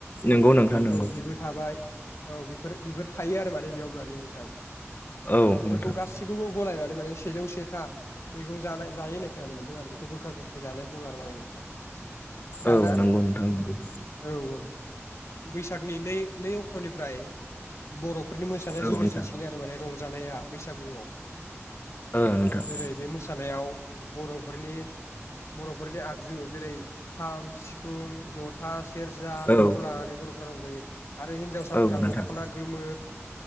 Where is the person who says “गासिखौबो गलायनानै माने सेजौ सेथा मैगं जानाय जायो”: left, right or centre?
Left